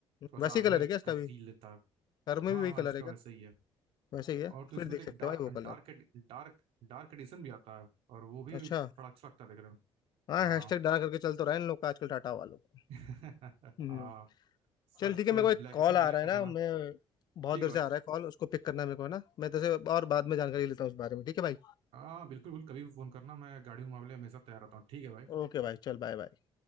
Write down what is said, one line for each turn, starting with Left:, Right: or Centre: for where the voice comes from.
Right: थोड़ा
Left: वैसे
Right: सा आर्मी
Left: ही कलर है क्या इसका
Right: का फील लेता है
Left: कार में
Right: हाँ
Left: भी वही कलर
Right: हाँ इसका
Left: है क्या
Right: वैसा ही है
Left: वैसे ही है
Right: और तो
Left: फिर
Right: इसमें
Left: देख
Right: तो एक
Left: सकते
Right: dark
Left: हैं भाई वो कलर
Right: dark dark dark edition भी आता है और वो भी
Left: अच्छा
Right: बड़ा अच्छा लगता है देखने में
Left: हाँ
Right: हाँ
Left: हैशटैग डाल करके चल तो रहा है इन लोग का आजकल टाटा वालों का
Right: <laughs>
Left: हम्म
Right: हाँ सर
Left: चल ठीक है
Right: कोई
Left: मेरे को एक
Right: ब्लैक
Left: कॉल
Right: इसमें
Left: आ
Right: ब्लैक
Left: रहा है
Right: का
Left: ना
Right: जमाना
Left: मैं बहुत
Right: ठीक
Left: देर
Right: है भाई
Left: से आ रहा है कॉल उसको पिक करना है मेरे को है ना मैं तेरे से और बाद में जानकारी लेता हूँ उस बारे में ठीक है भाई
Right: हाँ बिल्कुल बिल्कुल कभी भी फोन करना मैं गाड़ियों के मामले में हमेशा तैयार रहता हूँ ठीक है भाई
Left: ओके भाई चल बाय बाय